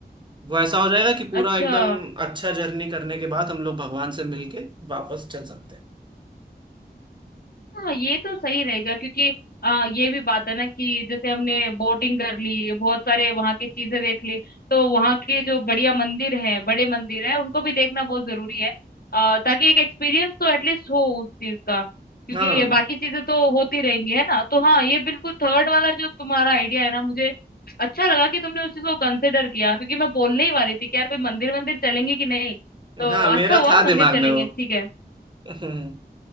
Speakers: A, on the right; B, on the left.
A: वो ऐसा हो जाएगा कि पूरा
B: अच्छा
A: एकदम अच्छा जर्नी करने के बाद हम लोग भगवान से मिलके वापस चल सकते हैं
B: हाँ ये तो सही रहेगा क्योंकि आ, ये भी बात है ना कि जैसे हमने बोटिंग कर ली बहुत सारे वहाँ की चीजें देख ली तो वहाँ के जो बढ़िया मंदिर हैं बड़े मंदिर हैं उनको भी देखना बहुत जरूरी है आ, ताकि एक एक्सपीरियंस तो एटलीस्ट हो उस चीज का क्योंकि
A: हाँ
B: ये बाकी चीजें तो होती रहेंगी है ना तो हाँ ये बिल्कुल थर्ड वाला जो तुम्हारा आइडिया है ना मुझे अच्छा लगा कि तुमने उस चीज को कंसिडर किया क्योंकि मैं बोलने ही वाली थी कि यार कोई मंदिर वंदिर चलेंगे कि नहीं तो
A: हाँ मेरा
B: अच्छा हुआ
A: था दिमाग
B: मंदिर चलेंगे
A: में वो
B: ठीक है
A: <laughs> हम्म।